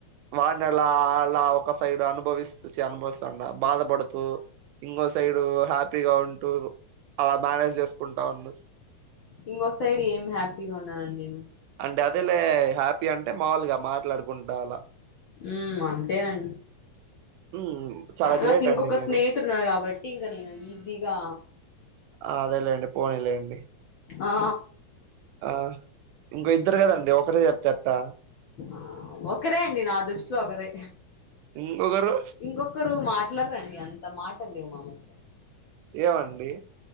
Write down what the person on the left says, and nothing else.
ఇంకొ సైడ్ ఏం హ్యాపీగా ఉన్నా అండి నేను
ఉమ్ అంతేనండి
నాకు ఇంకొక
స్నేహితుడున్నాడు కాబట్టి ఇంక నేను ఈజీగా
ఆ
ఉమ్
అ ఒక్కరే అండి నా దృష్టిలో ఒకరే
ఇంకొకరు మాట్లాడరండి అంత మాటలు లేవు మా మధ్య